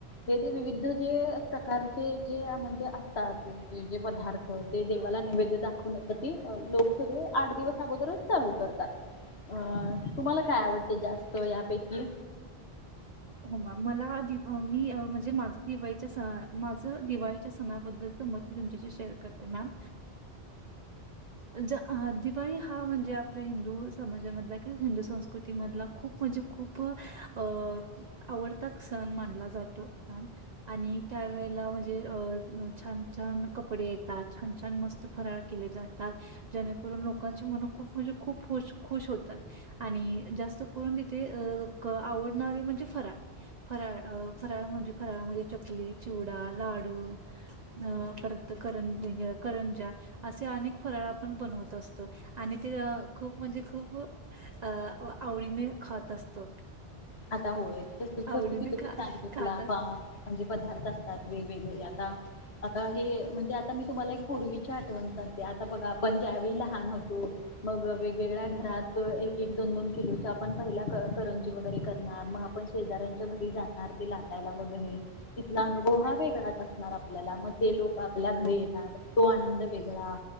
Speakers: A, on the left (about 75°); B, on the right (about 50°).
A: हे ते विविध जे प्रकारचे जे म्हणजे असतात ते. ते जे पदार्थ ते देवाला नैवेद्य दाखवून ती लोक सगळे आठ दिवस अगोदरच चालू करतात अ तुम्हाला काय आवडतय जास्त? हो यापैकी
B: हो मॅम मला व्ह मी म्हणजे माझं दिवाळीच्या सणाबद्दलच माझं दिवाळीच्या सणाबद्दलच मत मी तुमच्याशी शेअर करते मॅम अ दिवाळी हा म्हणजे आपल्या हिंदू समाजामधला किंवा हिंदू संस्कृतीमधला खूप म्हणजे खूप अ आवडता सण मानला जातो मॅम आणि त्यावेेळेला म्हणजे अ छान-छान कपडे येतात, छान छान मस्त फराळ केले जातात जेणेकरून लोकांची मनं खूप म्हणजे खूप खुश खुश होतात आणि जास्त करून तिथे आवडणारे म्हणजे फराळ. फराळ फराळ म्हणजे फराळामध्ये चकली, चिवडा, लाडू अ परत करंज करंजा असे अनेक फराळ आपण बनवत असतो आणि ते खूप म्हणजे खूप अ आवडीने खात असतो.
A: आता होय क तुम्ही
B: आवडीने खा
A: सांगितला
B: खात असतो
A: म्हणजे पदार्थ असतात वेगवेगळे आता आता हे ते आता मी तुम्हाला एक पूर्वीची आठवण आता बघा आपण ज्यावेळी लहान होतो मग वेगवेगळ्या घरात एक एक दोन दोन किलो च आपण पहिला करंजी वगैरे मग आपण शेजाऱ्यांच्या घरी जाणार लाटायला वगैरे तिथला अनुभव हा वेगळा आता आपल्याला मग ते लोक आपल्या घरी
B: हो
A: येणार तो आनंद वेगळा